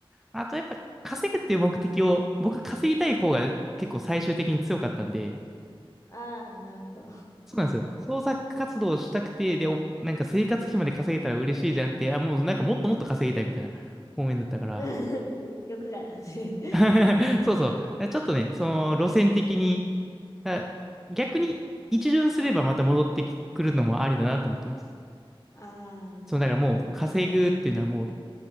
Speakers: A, in the centre; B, on the left (about 35°).
A: あとやっぱ稼ぐっていう目的を、僕稼ぎたい方が結構最終的に強かったんで、
B: ああ、なるほど。
A: そうなんですよ。創作活動をしたくて、で、おなんか生活費まで稼げたら嬉しいじゃなくて、あ、もうなんかもっともっと稼ぎたいみたいな方面だったから。
B: <laughs> 欲がなんで。
A: <laughs> そうそう。ちょっとね、その路線的に、だ逆に一巡すればまた戻ってくるのもありだなと思ってます。
B: ああ、
A: そう、だからもう稼ぐっていうのはもう
B: そうです。